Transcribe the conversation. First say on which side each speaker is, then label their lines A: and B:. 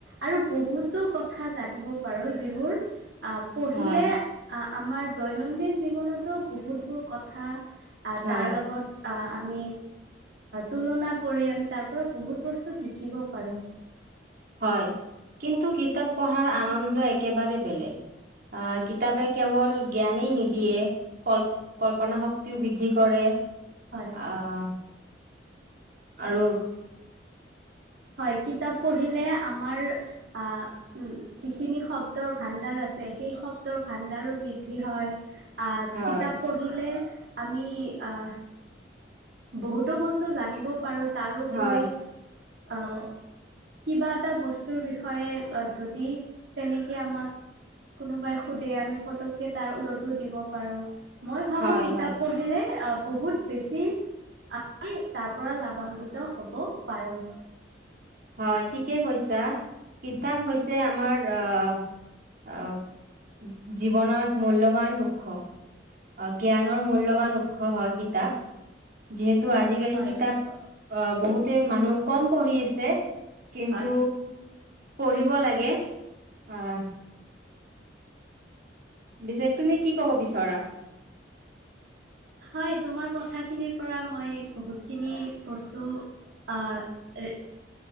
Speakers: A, on the right; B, on the right.
A: আৰু বহুতো কথা জানিব পাৰোঁ যিবোৰ অ পঢ়িলে
B: হয়
A: আ আমাৰ দৈনন্দিন জীৱনতো বহুতবোৰ কথা আহ
B: হয়
A: তাৰ লগত আমি তুলনা কৰি আমি তাৰ পৰা বহুত বস্তু শিকিব পাৰোঁ।
B: হয় কিন্তু কিতাপ পঢ়াৰ আনন্দ একেবাৰে বেলেগ। অ কিতাপে কেৱল জ্ঞানেই নিদি দিয়ে কল কল্পনা শক্তিও বৃদ্ধি কৰে
A: হয়
B: অহ। আৰু
A: হয়, কিতাপ পঢ়িলে আমাৰ আহ উ যিখিনি শব্দৰ ভাণ্ডাৰ আছে সেই শব্দৰ ভাণ্ডাৰো বৃদ্ধি হয়। আহ
B: হয়
A: কিতাপ পঢ়িলে আমি আহ বহুতো বস্তু জানিব পাৰো। তাৰো উপৰি
B: হয়
A: আ কিবা এটা বস্তুৰ বিষয়ে যত দি তেনেকে আমাক কোনোবাই সুধে আমি পতককে তাৰ উত্তৰটো দিব পাৰোঁ। মই ভাবো
B: হয়
A: কিতাপ
B: হয়
A: পঢ়িলে অ বহুত বেছি আমি তাৰ পৰা লাভান্বিত হ'ব পাৰোঁ।
B: হয়, ঠিকে কৈছা। কিতাপ হৈছে আমাৰ আহ জীৱনৰ মূল্যৱান মুখ্য অ জ্ঞানৰ মূল্যবান উৎস হয় কিতাপ। যিহেতু তো আজিকালি
A: হয়।
B: কিতাপ অ বহুতে মানুহ কম পঢ়ি আছে ছে কিন্তু
A: হয়।
B: পঢ়িব লাগে হয় পিছে তুমি কি কব বিচৰা
A: হয় তোমাৰ কথাখিনিৰ পৰা মই বহুতখিনি বস্তু আহ